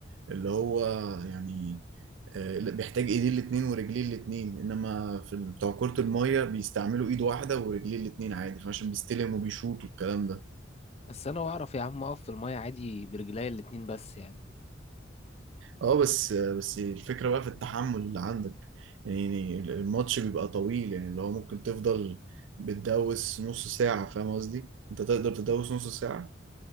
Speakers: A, on the right (about 80°); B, on the left (about 35°).
A: اللي هو يعني آه، بيحتاج ايديه الاتنين ورجليه الاتنين انما في ال- بتوع كرة المية بيستعملوا ايد واحدة ورجليه الاتنين عادي فعشان بيستلم وبيشوط والكلام ده
B: بس انا بعرف يا عم اقف في المية عادي برجليا الاتنين بس يعني
A: اه بس آه، بس الفكرة بقى في التحمل اللي عندك يعني الماتش بيبقى طويل يعني اللي هو ممكن تفضل بتدوس نص ساعة فاهم قصدي؟ انت تقدر تدوس نص ساعة؟